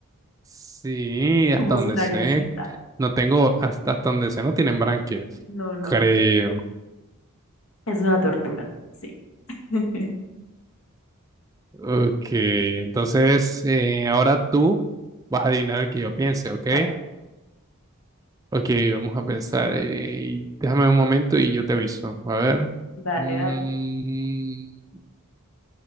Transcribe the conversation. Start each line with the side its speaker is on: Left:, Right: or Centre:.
Right: Sí,
Left: <laughs>
Right: hasta
Left: como
Right: donde
Left: su naricita.
Right: sé. No tengo, hasta, hasta donde sé, no tienen branquias.
Left: No, no,
Right: Creo.
Left: es una tortuga. Sí. <laughs>
Right: Ok, entonces eh, ahora tú vas a adivinar el que yo piense,
Left: Exacto.
Right: ¿ok? Ok, vamos a pensar. eh, déjame un momento y yo te aviso. A ver.
Left: Dale,
Right: Mm,
Left: dale.